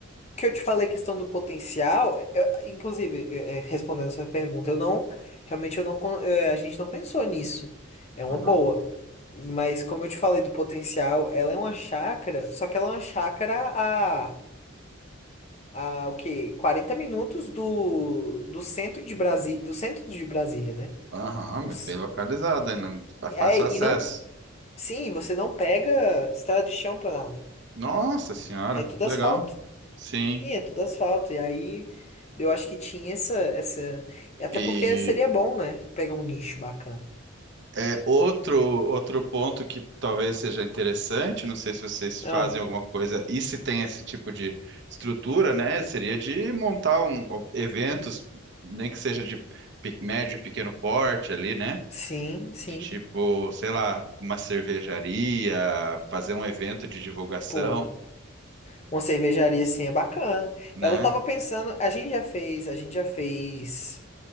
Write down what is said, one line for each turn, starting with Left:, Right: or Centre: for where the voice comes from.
Left: que eu te falei, a questão do potencial, eh, eu- inclusive, é, é, respondendo essa pergunta, eu não, realmente eu não, con- é, a gente não pensou nisso. É uma
Right: aham.
Left: boa. Mas como eu te falei do potencial, ela é uma chácara, só que ela é uma chácara a, a o quê? 40 minutos do, do centro de Brasília, do centro de Brasília, né?
Right: Aham,
Left: O
Right: muito
Left: c-
Right: bem localizada, né? Muito
Left: é,
Right: Fácil
Left: e
Right: acesso.
Left: não, sim, você não pega estrada de chão pra nada.
Right: Nossa senhora,
Left: É tudo
Right: que
Left: asfalto.
Right: legal. Sim.
Left: Sim, é tudo asfalto. E aí eu acho que tinha essa, essa.
Right: E
Left: e Até porque seria bom, né? Pegar um nicho bacana.
Right: é outro outro ponto que talvez seja interessante, não sei se vocês
Left: Ah,
Right: fazem alguma coisa e se tem esse tipo de estrutura, né? Seria de montar um, eventos, nem que seja de pe- médio e pequeno porte ali, né?
Left: sim, sim.
Right: De tipo, sei lá, uma cervejaria, fazer um evento de divulgação,
Left: Pô, uma cervejaria assim é bacana.
Right: né?
Left: Ela tava pensando, a gente já fez, a gente já fez